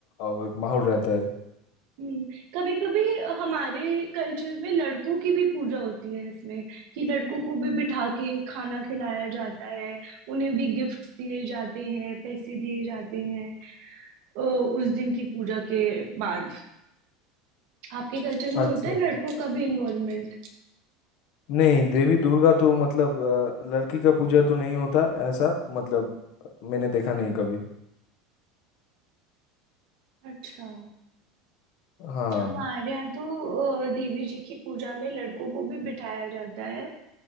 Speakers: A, on the left (about 50°); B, on the right (about 55°).
A: अ, एक माहौल रहता है
B: हम्म कभी कभी हमारे कल्चर में लड़कों की भी पूजा होती है इसमें कि लड़कों को भी बिठा के खाना खिलाया जाता है उन्हें भी गिफ्ट्स दिए जाते हैं पैसे दिए जाते हैं अ, उस दिन की पूजा के बाद आपके कल्चर में
A: अच्छा
B: होता है लड़कों का भी इन्वॉल्वमेंट
A: नहीं देवी दुर्गा तो मतलब अ, लड़की का पूजा तो नहीं होता ऐसा मतलब मैंने देखा नहीं कभी
B: अच्छा
A: हाँ
B: हमारे यहाँ तो अ, देवी जी की पूजा में लड़कों को भी बिठाया जाता है